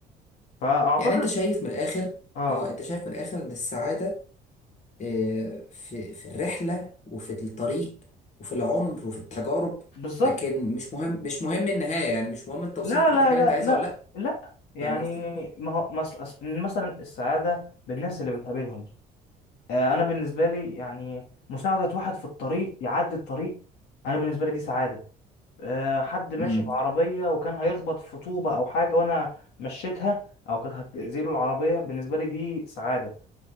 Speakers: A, on the left (about 80°); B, on the left (about 45°).
A: فأعتقد
B: يعني انت شايف من الاخر
A: اه
B: اه انت شايف من الاخر ان السعادة آه، في في الرحلة وفي الطريق وفي العمر وفي التجارب
A: بالظبط
B: لكن مش مهم مش مهم النهاية يعني مش مهم انت وصلت
A: لا لا
B: للحاجة اللي
A: لا
B: انت عايزها
A: لا
B: ولا لا
A: لا يعني
B: فاهم قصدي؟
A: ما هو مثلا مثلا السعادة بالناس اللي بتقابلهم آه، انا بالنسبة لي يعني مساعدة واحد في الطريق يعدي الطريق انا بالنسبة لي دي سعادة آه، حد ماشي
B: امم
A: بعربية وكان هيخبط في طوبة او حاجة وانا مشيتها او كانت هتأذيله العربية بالنسبة لي دي سعادة